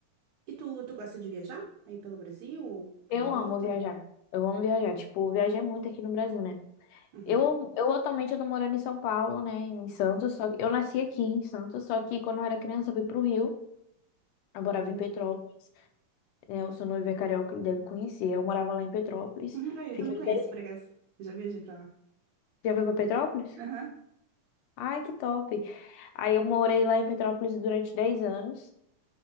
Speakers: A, on the right; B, on the left.
A: E tu, tu gosta de viajar? Aí pelo Brasil ou pela
B: Eu amo
A: volta?
B: viajar. Eu amo viajar. Tipo, eu viajei muito aqui no Brasil, né?
A: Uhum.
B: Eu, eu atualmente eu tô morando em São Paulo, né? Em Santos, só que eu nasci aqui em Santos, só que quando eu era criança, eu fui pro Rio. Eu morava
A: Uhum.
B: em Petrópolis, né? O seu noivo é carioca, ele deve conhecer. Eu morava lá em Petrópolis.
A: Uhum. Ah, eu
B: Fiquei
A: também conheço,
B: 10...
A: por acaso. Eu já viajei pra lá.
B: Já foi pra Petrópolis?
A: Aham.
B: Ai, que top. Aí eu morei lá em Petrópolis durante 10 anos.